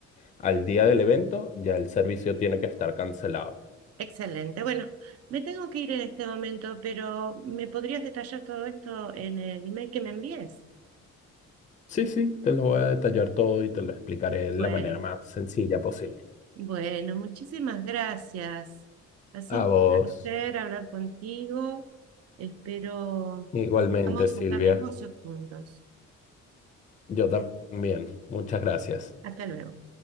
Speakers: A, on the left (about 25°); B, on the right (about 55°).
A: al día del evento ya el servicio tiene que estar cancelado.
B: Excelente. Bueno, me tengo que ir en este momento, pero ¿me podrías detallar todo esto en el email que me envíes?
A: Sí, sí, te lo voy a detallar todo y te lo explicaré de
B: Bueno.
A: la manera más sencilla posible.
B: Bueno, muchísimas gracias. Ha sido
A: A vos,
B: un placer hablar contigo. Espero
A: igualmente,
B: vamos
A: Silvia.
B: a hacer negocios juntos.
A: Yo también. Muchas gracias.
B: Hasta luego.